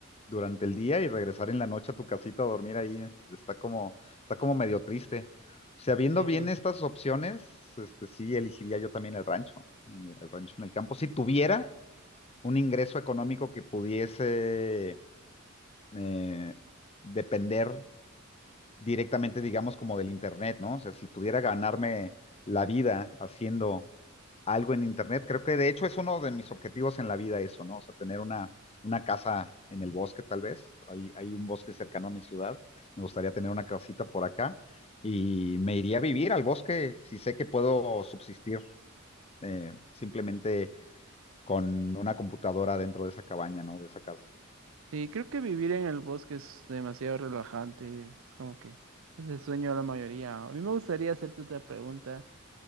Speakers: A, on the left; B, on the right.
A: durante el día y regresar en la noche a tu casita a dormir ahí. Está como, está como medio triste. O sea, viendo
B: Eh,
A: bien estas opciones, este, sí elegiría yo también el rancho, el rancho en el campo. Si tuviera un ingreso económico que pudiese eh, depender directamente, digamos, como del Internet, ¿no? O sea, si pudiera ganarme la vida haciendo algo en Internet, creo que de hecho es uno de mis objetivos en la vida eso, ¿no? O sea, tener una, una casa en el bosque tal vez, hay, hay un bosque cercano a mi ciudad, me gustaría tener una casita por acá y me iría a vivir al bosque si sé que puedo subsistir eh, simplemente con una computadora dentro de esa cabaña, ¿no? De esa casa.
B: sí, creo que vivir en el bosque es demasiado relajante, es como que es el sueño de la mayoría. A mí me gustaría hacerte otra pregunta.